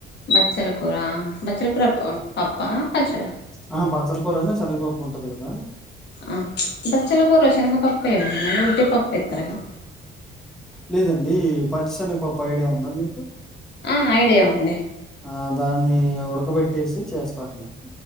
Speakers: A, on the left; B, in the centre.
A: బచ్చల కూూర బచ్చల కూూర పప్పా పచ్చడా
B: అహా! బచ్చల కూరన్నా శనగపప్పు ఉంటది కదా!
A: ఆ బచ్చల కూూర చెనగ పప్ప టి పప్పేత్త రగా
B: లేదండీ ప దర్శన పప్పు ఐడియా ఉంద మీకు
A: ఆ ఐడియా ఉంది
B: ఆ దాన్ని ఉడకబెట్టేసి చేస్తారమ్మా